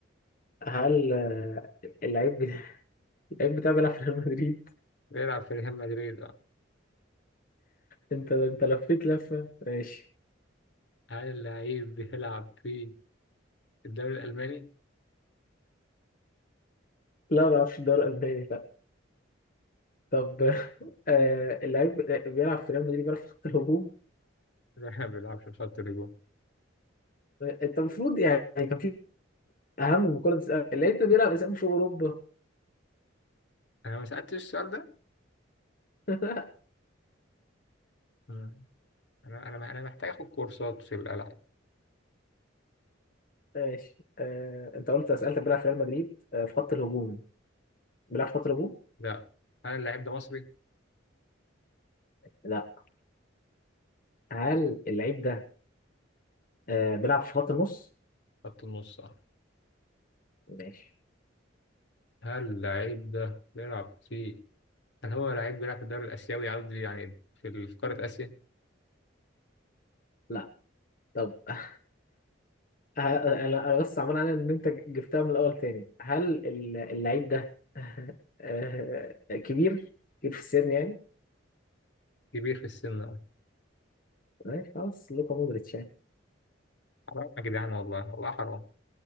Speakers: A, on the left; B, on the left.
A: هل آه، اللعيب بتاعي اللعيب بتاعي بيلعب في ريال مدريد؟
B: بيلعب في ريال مدريد اه
A: انت انت لفيت لفه ماشي
B: هل اللعيب بيلعب في الدوري الألماني؟
A: لا ما بيلعبش في الدوري الالماني طب <laughs> آه، اللعيب بيلعب في ريال مدريد بيلعب في خط الهجوم
B: لا <laughs> ما بيلعبش في خط الهجوم
A: انت المفروض يعني كان في اهم من كل ده تسأل اللعيب ده بيلعب اسامي في اوروبا
B: انا ما سألتش السؤال ده
A: <laughs>
B: مم. انا انا انا محتاج اخد كورسات في الألعاب
A: ماشي آه، انت قلت سألت بيلعب في ريال مدريد آه، في خط الهجوم بيلعب في خط الهجوم؟
B: لا هل اللعيب ده مصري؟
A: لا هل اللعيب ده آه، بيلعب في خط النص؟
B: خط النص اه
A: ماشي
B: هل اللعيب ده بيلعب في هل هو لعيب بيلعب في الدوري الآسيوي قصدي يعني في في قارة آسيا؟
A: لا طب <laughs> انا أنا بس عمال على ان انت جبتها من الاول تاني هل ال- اللعيب ده <laughs> آه، كبير كبير في السن يعني
B: كبير في السن آه.
A: ماشي خلاص لوكا مودريتش يعني
B: حرام يا جدعان والله والله حرام